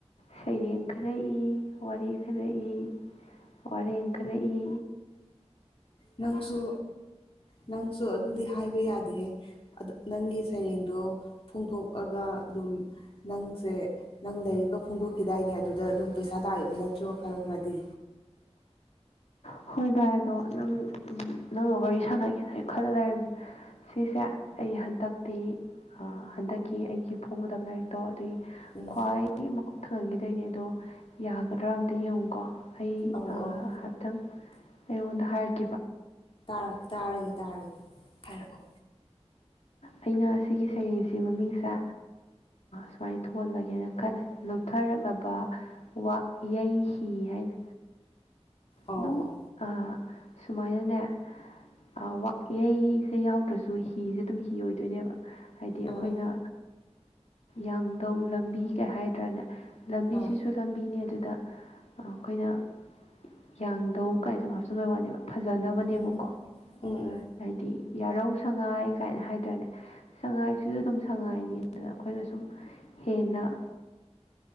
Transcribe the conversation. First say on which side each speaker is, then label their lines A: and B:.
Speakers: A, on the left; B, on the left.
A: ꯁꯩꯔꯦꯡ ꯈꯔꯏ ꯋꯥꯔꯤ ꯈꯔ ꯏ ꯋꯥꯔꯦꯡ ꯈꯔꯛꯏ
B: ꯅꯪꯁꯨ ꯅꯪꯁꯨ ꯑꯗꯨꯗꯤ ꯍꯥꯏꯕ ꯌꯥꯗꯦꯍꯦ ꯅꯪꯒꯤ ꯁꯩꯔꯦꯡꯗꯣ ꯐꯣꯡꯗꯣꯛꯑꯒ ꯑꯗꯨꯝ ꯅꯪꯁꯦ ꯅꯪ ꯂꯔꯤꯛꯒ ꯐꯣꯡꯗꯣꯛꯈꯤꯗꯥꯏꯅꯦ ꯑꯗꯨꯗ ꯑꯗꯨꯝ ꯄꯩꯁꯥ ꯂꯥꯛꯏꯕ ꯅꯠꯇ꯭ꯔꯣ ꯈꯔ ꯈꯔꯗꯤ
A: ꯍꯣꯏ ꯚꯥꯏ ꯑꯗꯣ ꯅꯪ ꯅꯪꯒ ꯋꯥꯔꯤ ꯁꯥꯟꯅꯒꯦꯗꯅ ꯈꯔ ꯂꯩꯔꯝꯃꯤ ꯁꯤꯁꯦ ꯑꯩ ꯍꯟꯗꯛꯇꯤ ꯍꯟꯗꯛꯀꯤ ꯑꯩꯒꯤ ꯐꯣꯡꯒꯗꯕ ꯂꯥꯏꯔꯤꯛꯇꯣ ꯑꯗꯨꯒꯤ
B: ꯎꯝ
A: ꯈ꯭ꯋꯥꯏ ꯃꯀꯣꯛ ꯊꯪꯍꯟꯈꯤꯗꯣꯏꯅꯦ ꯑꯗꯣ ꯌꯥꯒꯗ꯭ꯔꯥ ꯑꯝꯇ ꯌꯦꯡꯉꯨꯀꯣ ꯑꯩ
B: ꯑꯧ
A: ꯍꯥꯏꯐꯦꯠꯇꯪ
B: ꯑꯧ
A: ꯑꯩꯉꯣꯟꯗ ꯍꯥꯏꯔꯛ
B: ꯥ ꯇꯥꯔꯒꯦ ꯇꯥꯔꯒꯦ ꯍꯥꯏꯔꯛꯑꯣ
A: ꯑꯩꯅ ꯑꯁꯤꯒꯤ ꯁꯩꯔꯦꯡꯁꯤ ꯃꯃꯤꯡꯁꯦ ꯁꯨꯃꯥꯏꯅ ꯊꯣꯍꯜꯂꯒꯦꯅ ꯈꯜꯂꯦ ꯂꯨꯞꯊꯔꯛꯂꯕ ꯥꯛ ꯌꯩ ꯍꯤ ꯍꯥꯏꯅ
B: ꯑꯧ
A: ꯑꯗꯨꯝ
B: ꯑꯧ
A: ꯑ ꯁꯨꯃꯥꯏꯅꯅꯦ ꯋꯥ ꯌꯩꯁꯦ ꯌꯥꯎꯗ꯭ꯔꯁꯨ ꯍꯤꯁꯦ ꯑꯗꯨꯝ ꯀꯤ ꯑꯣꯏꯗꯣꯏꯅꯦꯕ ꯍꯥꯏꯗꯤ ꯑꯩꯈꯣꯏꯅ
B: ꯑꯥ
A: ꯌꯥꯡꯗꯧ ꯂꯝꯕꯤ ꯀꯩ ꯍꯥꯏꯗ꯭ꯔꯥꯅꯦ ꯂꯝꯕꯤꯁꯤꯁꯨ
B: ꯑꯥ
A: ꯇꯝꯕꯤꯅꯦ ꯑꯗꯨꯗ ꯑꯩꯈꯣꯏꯅ ꯌꯥꯡꯙꯧ ꯀꯥꯏꯅ ꯁꯨꯝ ꯍꯥꯞꯆꯤꯟꯕ ꯋꯥꯅꯦꯕ ꯐꯖꯅꯕꯅꯦꯕꯀꯣ
B: ꯎꯝ ꯎꯝ ꯎꯝ
A: ꯍꯥꯏꯗꯤ ꯌꯥꯔꯧ ꯁꯉꯥꯏ ꯀꯥꯏꯅ ꯍꯥꯏ ꯍꯥꯏꯇꯥꯅꯦ ꯁꯉꯥꯏꯁꯤꯁꯨ ꯑꯗꯨꯝ ꯁꯉꯥꯏꯅꯤꯗꯅ ꯑꯩꯈꯣꯏꯅ ꯁꯨꯝ ꯍꯦꯟꯅ